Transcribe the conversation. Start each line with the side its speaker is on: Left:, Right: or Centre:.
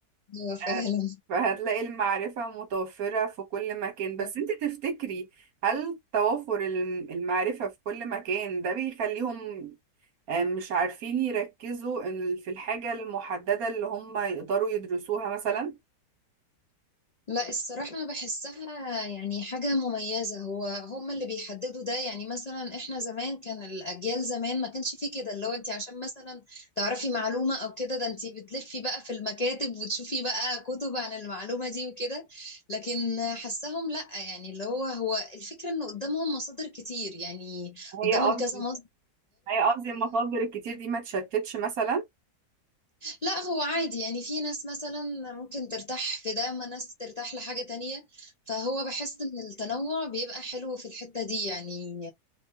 Left: آه،
Right: آه،
Left: فعلا
Right: فهتلاقي المعرفة متوفرة في كل مكان
Left: آه،
Right: بس
Left: فعلا
Right: انت تفتكري هل توافر الم- المعرفة في كل مكان ده بيخليهم آه، مش عارفين يركزوا إن- في الحاجة المحددة اللي هم يقدروا يدرسوها مثلا
Left: لا الصراحة أنا بحسها يعني حاجة مميزة هو هم اللي بيحددوا ده يعني مثلا إحنا زمان كان الأجيال زمان ما كانش فيه كده اللي هو أنت عشان مثلا تعرفي معلومة أو كده ده أنت بتلفي بقى في المكاتب وتشوفي بقى كتب عن المعلومة دي وكده لكن حسهم لا يعني اللي هو هو الفكرة إن قدامهم مصادر كتير يعني
Right: هي
Left: قدامهم
Right: قصدي
Left: كذا مصدر
Right: هي قصدي المصادر الكتير دي ما تشتتش مثلا
Left: لا هو عادي يعني في ناس مثلا ممكن ترتاح في ده اما ناس ترتاح لحاجة تانية فهو بحس ان التنوع بيبقى حلو في الحتة دي يعني